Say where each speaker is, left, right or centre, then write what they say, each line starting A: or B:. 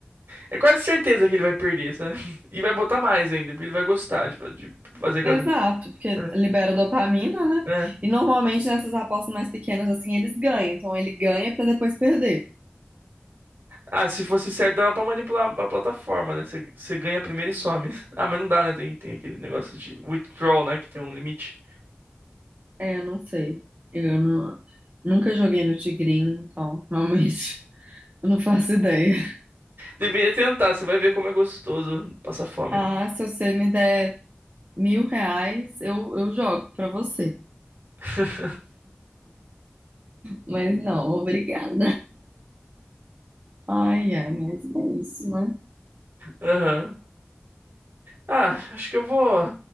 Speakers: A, on the right; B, on the right.
A: É quase certeza que ele vai perder, sabe? <laughs> E vai botar mais ainda, porque ele vai gostar de fa- de fazer aquela
B: exato, porque
A: É.
B: libera dopamina, né?
A: é.
B: E normalmente nessas apostas mais pequenas, assim, eles ganham. Então ele ganha pra depois perder.
A: Ah, se fosse certo, dava pra manipular a plataforma, né? Você você ganha primeiro e some. <laughs> Ah, mas não dá, né? Tem, tem aquele negócio de withdrawal, né? Que tem um limite.
B: É, eu não sei. Eu não- nunca joguei no Tigrinho, então realmente <laughs> eu não faço ideia.
A: Deveria tentar, você vai ver como é gostoso passar fome.
B: Ah, se você me der mil reais, eu, eu jogo pra você.
A: <laughs>
B: Mas não, obrigada. Ai, ai, mas é isso, né?
A: Aham. Ah, acho que eu vou